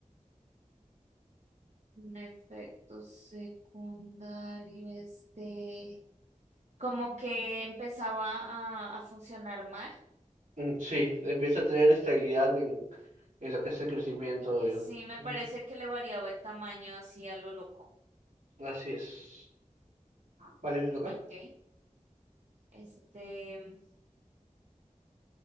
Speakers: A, on the right (about 60°); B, on the right (about 75°).
A: Un efecto secundario, este, como que empezaba a, a funcionar mal.
B: Mm, Sí, empieza a tener estabilidad en, en lo que es el crecimiento.
A: Sí,
B: digamos.
A: me
B: Ujú.
A: parece que le variaba el tamaño así a lo loco.
B: Así es. Vale, ¿te toca?
A: Ok. Este,